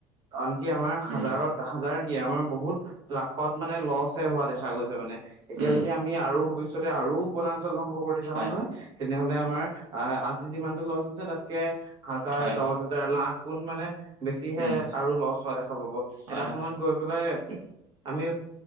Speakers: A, on the right; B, on the right.
A: কাৰণ কি আমাৰ হাজাৰত
B: উম
A: হাজাৰ কি, আমাৰ বহুত লাখত মানে লচহে হোৱা দেখা গৈছে মানে। এতিয়া
B: উম
A: যদি আমি আৰু ভৱিষ্যতে আৰু বনাঞ্চল ধ্বংস কৰি যাওঁ
B: হয়
A: নহয়, তেনেহলে আম মাৰ আহ আজি যিমানতো লছ আছে তাতকে হাজাৰ
B: হয়
A: দহ হাজাৰ লাখ কোন মানে বেছিহে
B: উম
A: আৰু লষ্ট হোৱা দেখা পাব।
B: হয়
A: এটা সময়ত গৈ পেলাই আমি